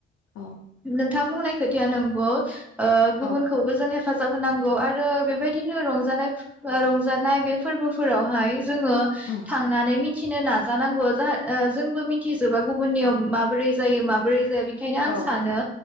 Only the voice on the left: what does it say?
औ
औ
उम
औ